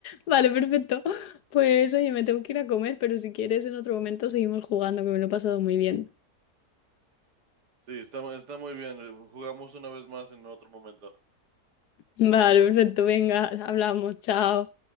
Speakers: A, on the left; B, on the right.
A: Vale, perfecto. Pues oye, me tengo que ir a comer, pero si quieres en otro momento seguimos jugando, que me lo he pasado muy bien.
B: Sí, está, está muy bien. Jugamos una vez más en otro momento.
A: Vale, perfecto, venga, hablamos, chao.